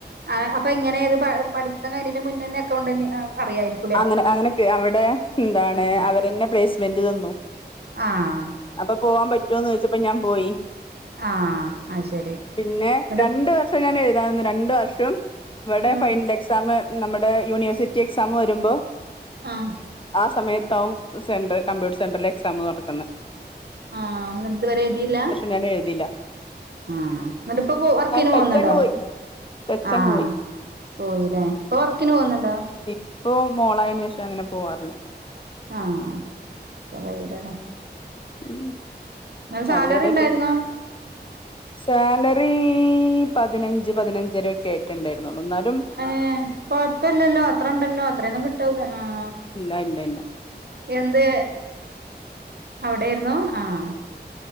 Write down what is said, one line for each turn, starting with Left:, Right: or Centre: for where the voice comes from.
Right: ആഹ് അപ്പൊ ഇ. ങ്ങനെ ഏത് പഠിത്തം കഴിണിന്റെ മുന്നെന്നെ അകൗണ്ടന്റ് അറിയായിരിക്കും
Left: അങ്ങനെ അങ്ങനെയൊക്കെ അവിടെ എന്താണ്
Right: ആഹ്
Left: അവരന്നെ പ്ലേസ്മെന്റ് തന്നു
Right: ആഹ്
Left: അപ്പൊ പോവാൻ പറ്റൊന്ന് ചോയ്ച്ചപ്പൊ ഞാൻ പോയി
Right: ആഹ് അത് ശരി
Left: പിന്നെ
Right: എന്നിട്ട്
Left: രണ്ട വ - ഇപ്പൊ ഞാൻ എഴുതാന്നത് രണ്ടു വർഷം ഇവിടെ
Right: ആഹ്
Left: ഫൈനൽ എക്സാമ് നമ്മുടെ യൂണിവേഴ്സിറ്റി എക്സാമു ആയിട്ട് രുമ്പോ
Right: ആഹ്
Left: ആ സമയത്താവും സെന്റർ കമ്പ്യൂട്ടർ സെന്റൽ എക്സാം നടക്കുന്നത്
Right: ആഹ് നദ് വരെ എഴുതില്ല
Left: ഞൻ എഴുതില്ല
Right: ആഹ് എന്നിട്ട് ഇപ്പൊ വർക്കന്
Left: ടച്ച്
Right: പോകുന്നുണ്ടോ
Left: അങ്ങ് പോയി ടച്ച്
Right: ആഹ്
Left: അങ്ങ് പോയി
Right: പോയില്ലേ ഇപ്പൊ വർക്കിന് പോകുന്നുണ്ടോ
Left: ഇപ്പൊ മോളായന് ശേഷം അങ്ങനെ പോവാറില്ല
Right: ആഹ് ഇപ്പൊകഴിയുലടാ
Left: ഉം
Right: സാലറി
Left: അതെ അതേ
Right: ഉണ്ടായിരുന്നോ
Left: പെൺ സാലറി പതിനഞ്ച് പതിനഞ്ചരൊക്കെ ആയിട്ടുണ്ടായിരുന്നുള്ളൂ എന്നാല് -
Right: ഏ കൊഴപ്പല്ലല്ലോ അത്ര ഉണ്ടല്ലോ അത്രയൊന്നും കിട്ടുല്ല ആഹ്
Left: ഇല്ലല്ല
Right: എന്ത് അവിടെയിരുന്നു ആഹ്